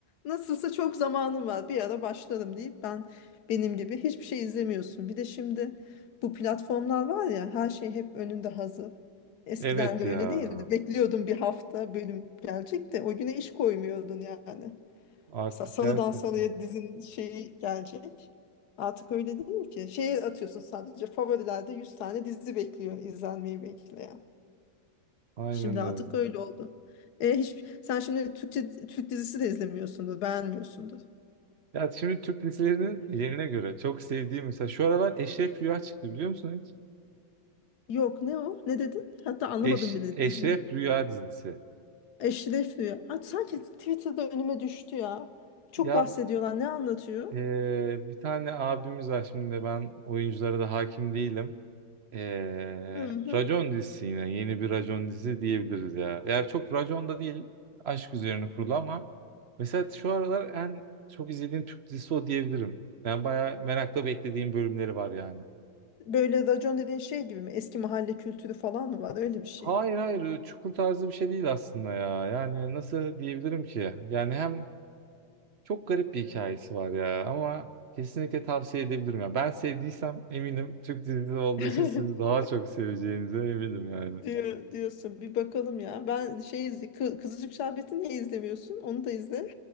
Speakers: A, on the left; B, on the right.
A: nasılsa çok zamanım var bir ara başlarım deyip ben benim gibi hiçbir şey izlemiyorsun. Bir de şimdi bu platformlar var ya her şey hep önünde hazır. Eskiden
B: Evet
A: böyle
B: ya.
A: değildi. Bekliyordun bir hafta bölüm gelecek de o güne iş koymuyordun yani.
B: Artık
A: Mesela salıdan
B: gerçekten.
A: salıya dizin şeyi gelecek. Artık öyle değil ki. Şeye atıyorsun sadece favorilerde 100 tane dizi bekliyor izlenmeyi bekleyen.
B: Aynen
A: Şimdi
B: öyle.
A: artık öyle oldu. E, hiç, sen şimdi Türkçe Türk dizisi de izlemiyorsundur, beğenmiyorsundur.
B: Ya şimdi Türk dizilerinin yerine göre çok sevdiğim mesela şu aralar Eşref Rüya çıktı biliyor musun hiç?
A: Yok ne o? Ne dedin? Hatta anlamadım
B: Eş,
A: bile
B: Eşref
A: diziyi.
B: Rüya dizisi.
A: Eşref Rüya. Aa, sanki Twitter'da önüme düştü ya. Çok
B: Ya
A: bahsediyorlar. Ne anlatıyor?
B: eee, bir tane abimiz var şimdi ben oyunculara da hakim değilim. Eee
A: Hı hı.
B: Racon dizisi yine yeni bir Racon dizisi diyebiliriz ya. Yani çok Racon da değil aşk üzerine kurulu ama mesela şu aralar en çok izlediğim Türk dizisi o diyebilirim. Ben bayağı merakla beklediğim bölümleri var yani.
A: Böyle racon dediğin şey gibi mi? Eski mahalle kültürü falan mı var? Öyle bir şey
B: Hayır
A: mi?
B: hayır çukur tarzı bir şey değil aslında ya. Yani nasıl diyebilirim ki? Yani hem çok garip bir hikayesi var ya ama kesinlikle tavsiye edebilirim ya. Ben sevdiysem eminim Türk dizisi olduğu
A: <laughs>
B: için siz daha çok seveceğinize eminim yani.
A: Diyor, diyorsun. Bir bakalım ya. Ben şey izle, Kı- Kızılcık Şerbeti niye izlemiyorsun? Onu da izle.